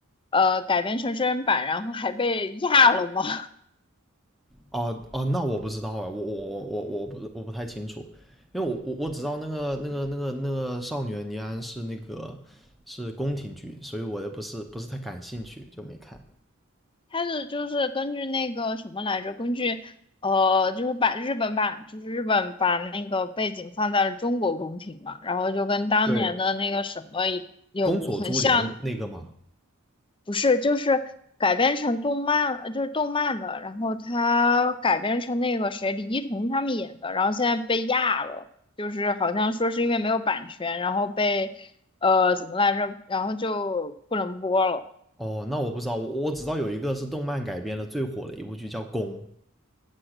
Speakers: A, on the left; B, in the centre.
A: 呃改编成真人版，然后还被压了吗？<laughs>
B: 哦哦，那我不知道哎，我我我我我不我不太清楚，因为我我我只知道那个那个那个那个少女的尼安是那个是宫廷剧，所以我也不是不是太感兴趣，就没看。
A: 它是就是根据那个什么来着，根据呃就是把日本版，就是日本把那个背景放在了中国宫廷嘛，然后就跟当年的那个什么
B: 对，
A: 有很像，
B: 宫锁珠帘那个吗？
A: 不是，就是改编成动漫，呃就是动漫的，然后他改编成那个谁，李一桐他们演的，然后现在被压了，就是好像说是因为没有版权，然后被呃怎么来着，然后就不能播了。
B: 哦，那我不知道，我我只知道有一个是动漫改编的最火的一部剧叫《宫》，